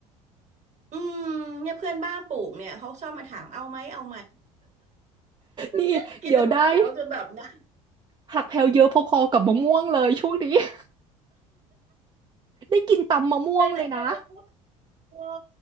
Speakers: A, on the right (about 40°); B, on the right (about 25°).
A: อืมเนี่ยเพื่อนบ้าปลูกเนี่ยเขาชอบมาถามเอาไหมเอาไหม
B: นี่เดี๋ยวได้
A: <laughs> กินแต่ผักแถวจนแบบนะ
B: ผักแพลวเยอะพอๆกับมะม่วงเลยช่วงนี้ <laughs> ได้กินตำมะม่วงเลยนะ
A: ไปไหนไปมะม่วงเออ